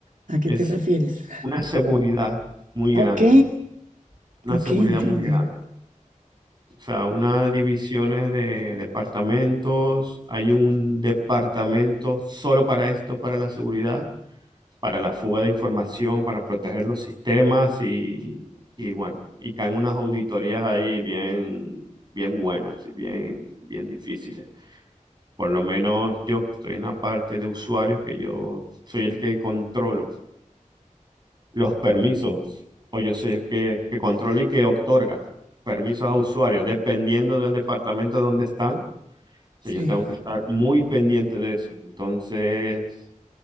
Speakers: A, on the right; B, on the right.
A: ¿A qué
B: Es
A: te refieres?
B: una seguridad muy
A: Ok,
B: grande, una
A: ok,
B: seguridad
A: entiendo.
B: muy grande. O sea, unas divisiones de departamentos, hay un departamento solo para esto, para la seguridad, para la fuga de información, para proteger los sistemas y, y bueno, y caen unas auditorías ahí bien, bien buenas y bien, bien difíciles. Por lo menos yo que estoy en la parte de usuarios, que yo soy el que controlo los permisos o yo soy el que, que controla y que otorga permisos a usuarios, dependiendo del departamento donde están, o sea,
A: Sí,
B: yo tengo que estar muy pendiente de eso. Entonces,